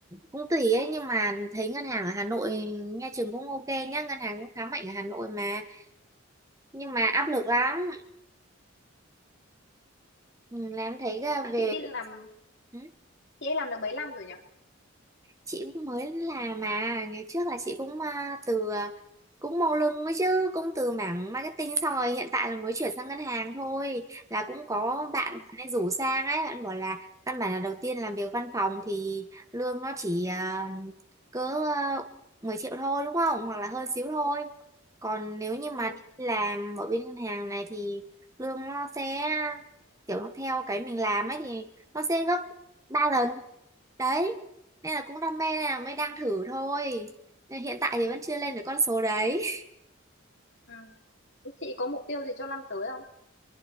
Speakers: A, on the right; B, on the left.
A: cũng tùy ấy nhưng mà thấy ngân hàng ở Hà Nội nghe chừng cũng ok nhá ngân hàng cũng khá mạnh ở Hà Nội mà nhưng mà áp lực lắm Ừ, làm thấy là về
B: chị đi làm
A: ừ,
B: chị ấy làm được mấy năm rồi nhỉ
A: chị cũng mới làm mà ngày trước là chị cũng à, từ ờ, cũng màu lưng mới chứ cũng từ mảng marketing xong rồi hiện tại là mới chuyển sang ngân hàng thôi là cũng có bạn
B: Ờ,
A: bạn ấy rủ sang ấy bạn bảo là căn bản là đầu tiên làm việc văn phòng thì lương nó chỉ à, cỡ à, 10 triệu thôi đúng không hoặc là hơn xíu thôi còn nếu như mà
B: ừ,
A: làm ở bên ngân hàng này thì lương nó sẽ kiểu nó theo cái mình làm ấy thì nó sẽ gấp 3 lần đấy nên là cũng đam mê nên là mới đang thử thôi nên hiện tại thì vẫn chưa lên được con số đấy
B: ừ. chị có mục tiêu gì cho năm tới không